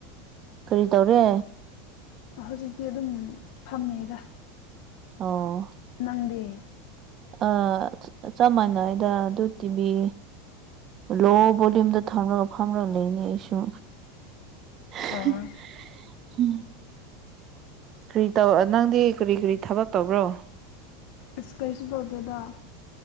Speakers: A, on the right; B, on the left.
A: ꯀꯔꯤ ꯇꯧꯔꯦ
B: ꯍꯧꯖꯤꯛꯇꯤ ꯑꯗꯨꯝ ꯐꯝꯃꯤꯗ
A: ꯑꯣ
B: ꯅꯪꯗꯤ
A: ꯑ ꯆꯞ ꯃꯥꯟꯅꯩꯗ ꯑꯗꯨ ꯇꯤꯚꯤ ꯂꯣ ꯚꯣꯜꯂꯨꯝꯗ ꯊꯝ꯭ꯔꯒ ꯐꯝ꯭ꯔ ꯂꯩꯕꯅꯦ ꯑꯩꯁ <unintelligible>
B: ꯑꯥ
A: ꯀꯔꯤ ꯇꯧ ꯅꯪꯗꯤ ꯀꯔꯤ ꯀꯔꯤ ꯊꯕꯛ ꯇꯧꯕ꯭ꯔꯣ
B: ꯏꯁ ꯀꯔꯤꯁꯨ ꯇꯧꯗꯦꯗ